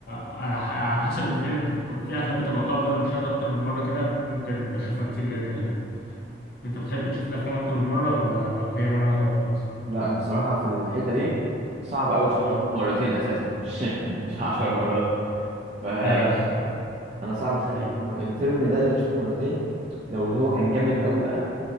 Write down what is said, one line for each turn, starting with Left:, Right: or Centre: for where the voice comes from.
Left: على ح- على حسب الفيلم في افلام بتبقى قابلة للمشاهدة اكتر من مرة كده ممكن بشوفها كتير جدا يعني انت بتحب تشوف الافلام اكتر من مرة ولا هي مرة واحدة وخلاص؟
Right: لا انا بصراحة في الحتة دي صعب قوي اشوف
Left: اه
Right: الفيلم مرتين اساسا مش <laughs> مش عشر مرات فلا
Left: ايوه
Right: انا صعب اشوف
Left: أيوه.
Right: الفيلم الفيلم ده اللي اشوفه مرتين لو اللي هو كان جامد قوي بقى